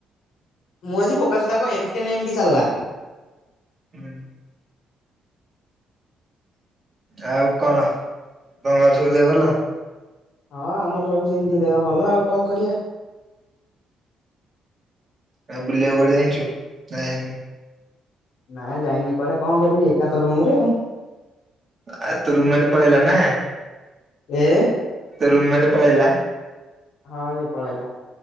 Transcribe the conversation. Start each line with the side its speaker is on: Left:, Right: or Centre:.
Left: ମୁଁ ଆଜି ବୋକାଚୋଦା କଁ ଏମ୍ ଟେନ୍ ଏମିତି ଚାଲ୍ଲା ।
Right: ହଁ ଆଉ କଣ ତମର ସବୁ ଦେହ ଭଲ?
Left: ହଁ ଆମର ସବୁ ସେମିତି ଦେହ ଭଲ ଆଉ କଣ କରିଆ ।
Right: ଆଉ ବୁଲିଆ କୁ କୁଆଡ଼େ ଯାଇଚୁ ନା ଯାଇନୁ?
Left: ନା ଯାଇନି କୁଆଡେ କଁ କରିବି ଏକାତ ରୁମ ରେ ଆଉ ।
Right: ଆ ତୋ ରୁମ୍ ମେଟ୍ ପଳେଇଲା ନା?
Left: ଏ?
Right: ତୋ ରୁମ୍ ମେଟ୍ ପଳେଇଲା?
Left: ହଁ ସେ ପଳେଇଲା